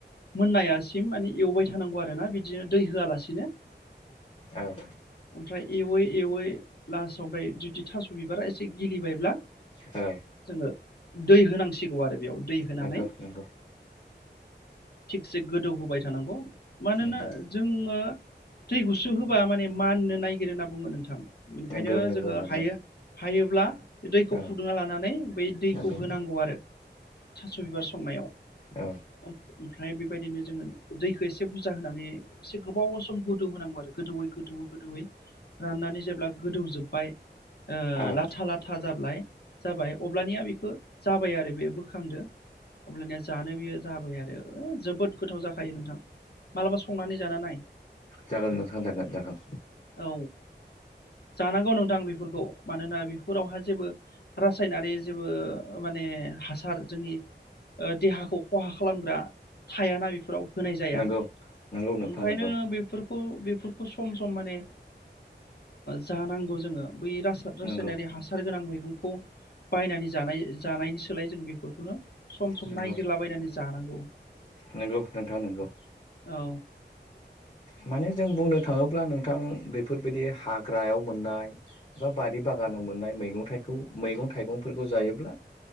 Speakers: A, on the left (about 60°); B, on the left (about 35°).
A: मोन्नायासिम माने एवबाय थानांगौ आरो ना बिदिनो दै होआलासिनो।
B: औ।
A: ओमफ्राय एवै एवै लासाव ओमफाय जुदि थास' बिबारा एसे गिलिबायब्ला
B: औ
A: जोङो दै होनांसिगौ आरो बेयाव। दै होनानै
B: नोंगौ नोंगौ।
A: थिगसे गोदौ होबाय थानांगौ। मानोना
B: नंगौ
A: जोङो दै गुसु होबा माने माननो नायगिरो होनना बुङो नोंथां। बेनिखायनो
B: नंगौ नंगौ
A: जोङो
B: नंगौ
A: हायो हायोब्ला
B: औ
A: दैखौ फुदुंना लानानै बै दैखौ
B: नंगौ
A: होनांगौ आरो। थास' बिबार संनायाव।
B: औ
A: ओ ओमफ्राय बिबायदिनो जोङो दैखो एसे बुरजा होनानै एसे गोबाव सम गोदौ होनांगौ आरो गोदौयै गोदौयै गोदौयै रान नानै जेब्ला गोदौ जोब्बाय ओ
B: औ
A: लाथा लाथा जाब्लाय जाबाय अब्लानिया बेखो जाबाय आरो बे बोखांदो। अब्लानिया जानो बियो जाबाय आरो। ओ जोबोद गोथाव जा खायो नोंथां मालाबा संनानै जाना नाय।
B: जागोन नोंथां जागोन जागोन।
A: औ जानांगौ नोंथां बेफोरखौ मानोना बेफोरावहाय जेबो रासायनारि जेबो माने माने हासार जोंनि देहाखौ खहा खालामग्रा थायाना बेफोराव होनाय जाया
B: नंगौ नंगौ नोंथां
A: ओंखायनो
B: नंगौ
A: बेफोरखौ बेफोरखौ सम सम माने जानांगौ जोङो बै रासायनारि
B: नंगौ
A: हासार गोनां मैगंखौ बायनानै जानाय जानायनि सोलाय जों बेफोरखौनो सम सम
B: नंगौ
A: नायगिरलाबायनानै जानांगौ।
B: नंगौ नोंथां नंगौ
A: औ
B: माने जों बुंनो थाङोब्ला नोंथां बेफोरबायदि हाग्रायाव मोननाय एबा बारि बागा बागानाव मोननाय मैगं थाइग मैगं थाइगंफोरखौ जायोब्ला।